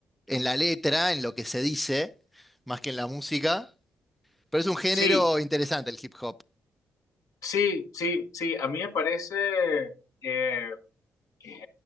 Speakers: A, in the centre; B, on the left.
A: en la letra, en lo que se dice, más que en la música, pero es un género
B: Sí,
A: interesante el hip hop.
B: sí, sí, sí. A mí me parece, eh, eh,